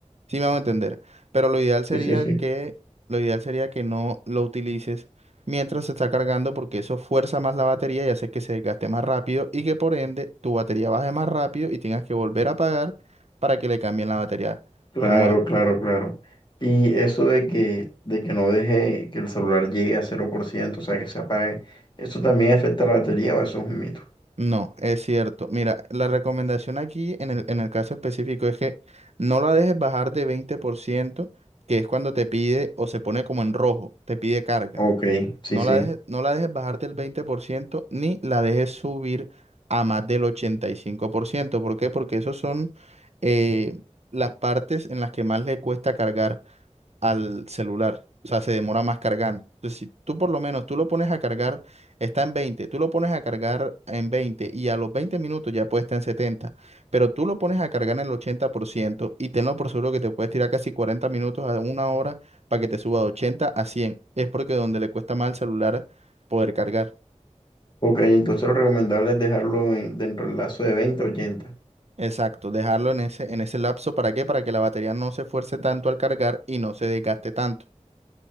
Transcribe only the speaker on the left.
Sí, sí, sí.
Claro,
claro, claro. Y eso de que, de que no deje que el celular llegue a cero por ciento, o sea, que se apague, ¿eso también afecta la batería o eso es un mito?
Ok, sí,
sí.
Ok, entonces lo recomendable es dejarlo en- dentro del lazo de 20 a 80.